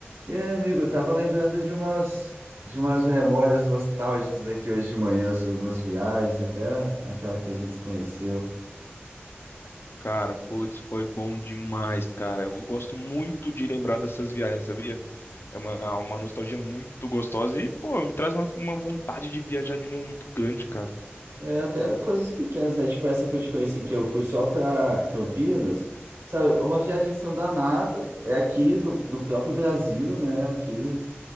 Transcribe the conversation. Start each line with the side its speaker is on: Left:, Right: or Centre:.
Right: E aí, amigo, eu tava lembrando de umas de umas memórias nostálgicas aqui hoje de manhã sobre umas viagens, até aquela que a gente se conheceu.
Left: Cara, putz, foi bom demais, cara. Eu gosto muito de lembrar dessas viagens, sabia? É uma, uma nostalgia muito gostosa e, pô, me traz uma, uma vontade de viajar de novo muito grande, cara.
Right: É, até coisas pequenas, né? Tipo essa que eu te conheci, que eu fui só pra Campinas. Sabe, uma viagem que são danada, é aqui do, do próprio Brasil, né? Aqui